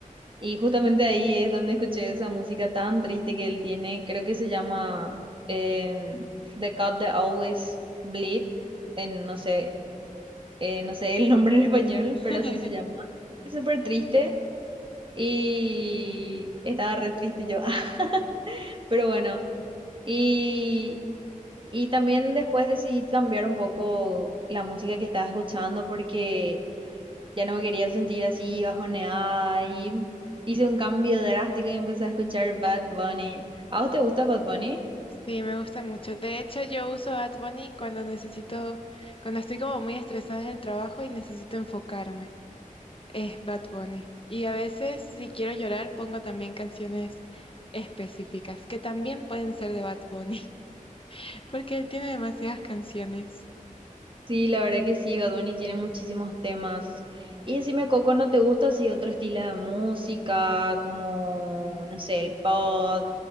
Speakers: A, on the right; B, on the left.
A: Y justamente ahí es donde escuché esa música tan triste que él tiene. Creo que se llama eh, The Cat That Always Bleed. En, no sé, eh, no sé el nombre en español,
B: <laughs>
A: pero así se llama. Es súper triste y estaba re triste yo. <laughs> Pero bueno, Y y también después decidí cambiar un poco la música que estaba escuchando porque ya no me quería sentir así bajoneada y hice un cambio drástico y empecé a escuchar Bad Bunny. ¿A vos te gusta Bad Bunny?
B: Sí, me gusta mucho. De hecho, yo uso Bad Bunny cuando necesito, cuando estoy como muy estresada en el trabajo y necesito enfocarme. Es Bad Bunny. Y a veces, si quiero llorar, pongo también canciones específicas, que también pueden ser de Bad Bunny, <laughs> porque él tiene demasiadas canciones.
A: Sí, la verdad que sí, Bad Bunny tiene muchísimos temas. Y decime, Coco, ¿no te gusta así otro estilo de música como, no sé, el pop?